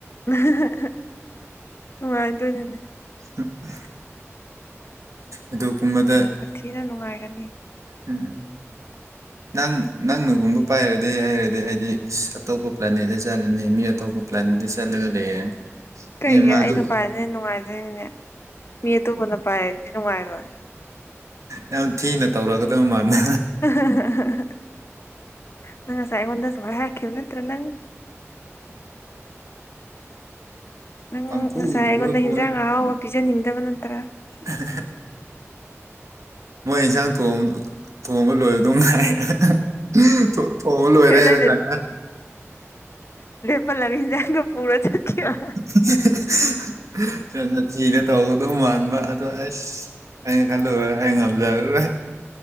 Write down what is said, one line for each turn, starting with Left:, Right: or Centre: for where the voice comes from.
Left: <unintelligible> ꯅꯨꯡꯉꯥꯏꯗꯣꯏꯅꯤꯅꯦ
Right: <unintelligible> ꯑꯗꯨ ꯄꯨꯝꯕꯗ
Left: ꯊꯤꯅ ꯅꯨꯡꯉꯥꯏꯒꯅꯤ
Right: ꯎꯝ ꯅꯪ ꯅꯪꯅꯒꯨꯝꯕ ꯄꯥꯏꯔꯗꯤ ꯍꯥꯏꯔꯗꯤ ꯑꯩꯗꯤ ꯑꯁ ꯑꯇꯣꯞꯄ ꯄ꯭ꯂꯥꯅꯦꯠꯅ ꯆꯠꯂꯅꯤ ꯃꯤ ꯑꯇꯣꯞꯄ ꯄ꯭ꯂꯥꯅꯦꯗ ꯆꯂꯒ ꯂꯩꯔꯅꯤ
Left: ꯀꯩꯒꯤ
Right: ꯑꯦ ꯃꯥꯗꯨ
Left: ꯑꯩꯅ ꯄꯥꯏꯔꯤꯗꯤ ꯅꯨꯡꯉꯥꯏꯗꯣꯏꯅꯦ ꯃꯤ ꯑꯇꯣꯞꯄꯕꯅ ꯄꯥꯏꯔꯗꯤ ꯅꯨꯡꯉꯥꯏꯔꯣꯏ
Right: ꯌꯥꯝ ꯊꯤꯅ ꯇꯧꯔꯛꯒꯗꯕ ꯃꯥꯟꯕ
Left: <unintelligible> ꯅꯪ ꯉꯁꯥꯏ ꯑꯉꯣꯟꯗ ꯁꯨꯃꯥꯏ ꯍꯥꯏꯔꯛꯈꯤꯕ ꯅꯠꯇ꯭ꯔꯥ ꯅꯪ ꯅꯪ
Right: ꯄꯪꯐꯨ
Left: ꯉꯁꯥꯏ
Right: ꯐꯨꯔꯥ
Left: ꯑꯩꯉꯣꯟꯗ
Right: ꯄꯨ
Left: ꯍꯤꯟꯖꯥꯡ ꯑꯍꯥꯎꯕ ꯄꯤꯖꯅꯤꯡꯗꯕ ꯅꯠꯇ꯭ꯔꯥ
Right: <inaudible> ꯃꯣꯏ ꯏꯟꯖꯥꯡ ꯊꯣꯡ ꯊꯣꯡꯕ ꯂꯣꯏꯕꯗꯣ ꯉꯥꯏꯔꯒ <unintelligible> ꯊꯥꯡꯕ ꯂꯣꯏꯔꯦ
Left: ꯍꯦꯠꯂꯗꯤ
Right: ꯍꯥꯏꯔꯀꯥꯟꯗ
Left: ꯄꯜꯂꯒ ꯏꯟꯖꯥꯡꯒ ꯄꯨꯔ ꯆꯈꯤꯕ
Right: <unintelligible> ꯆꯤꯅ ꯇꯧꯒꯗꯧ ꯃꯥꯟꯕ ꯑꯗꯣ ꯑꯁ ꯑꯩꯅ ꯈꯜꯂꯨ ꯑꯩ ꯉꯝꯖꯔꯔꯣꯏ